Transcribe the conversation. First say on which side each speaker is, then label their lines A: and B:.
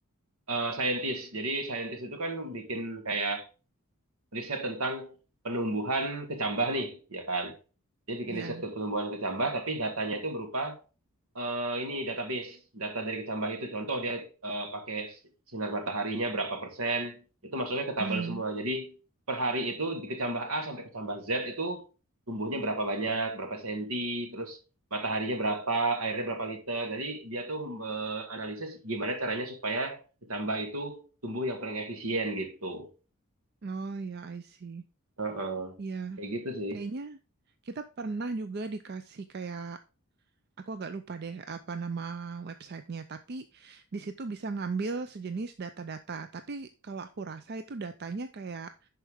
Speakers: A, on the right; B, on the right.
A: eh, scientist. Jadi scientist itu kan bikin kayak riset tentang penumbuhan kecambah nih, ya kan? Dia bikin
B: Ya.
A: riset ke penumbuhan kecambah, tapi datanya itu berupa eh, ini database data dari kecambah itu contoh dia eh, pakai sinar mataharinya berapa persen itu masuknya ke tabel
B: Mm.
A: semua jadi per hari itu di kecambah A sampai kecambah Z itu tumbuhnya berapa banyak berapa senti terus mataharinya berapa airnya berapa liter jadi dia tuh menganalisis gimana caranya supaya kecambah itu tumbuh yang paling efisien gitu
B: Oh, ya, I see.
A: Heeh.
B: Iya.
A: kayak gitu sih
B: Kayaknya kita pernah juga dikasih kayak, aku agak lupa deh apa nama websitenya, tapi di situ bisa ngambil sejenis data-data. Tapi kalau aku rasa itu datanya kayak